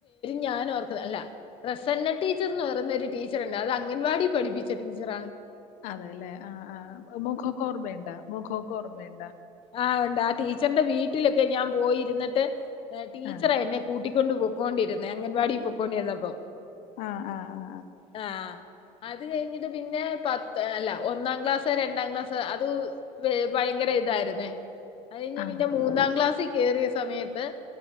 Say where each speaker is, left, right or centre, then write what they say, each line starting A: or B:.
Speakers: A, on the left; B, on the left.
A: ഞാന് ഓർത്തതല്ല പ്രസന്ന ടീച്ചർ എന്ന് പറയുന്നൊരു ടീച്ചറുണ്ട് അത് അംഗൻവാടി പഠിപ്പിച്ച ടീച്ചറ
B: അതെല്ലേ ആ ആ മുഖക്കോർ മയുണ്ടോ മുഖക്കോർമയുണ്ടോ?
A: ആ ഉണ്ട് ആ ടീച്ചറിന്റെ വീട്ടിലെക്കെ ഞാൻ പോയിരുന്നിട്ട് ടീച്ചറെ
B: ആ
A: എന്നെ കൂട്ടി കൊണ്ട് പോക്കോണ്ടിരുന്നേ. അംഗൻവാടി പോക്കൊണ്ടിരുന്നപ്പോ
B: ആ ആ ആ
A: ഹാ. അത് കഴിഞ്ഞിട്ട് പിന്നെ പത്ത് അല്ല ഒന്നാം ക്ലാസ് രണ്ടാം ക്ലാസ് അത് ഭയങ്കര ഇതായിരുന്നേ അത് കഴിഞ്ഞ്
B: ആ
A: പിന്നെ മൂന്നാം ക്ലാസില് കേയറിയ സമയത്ത്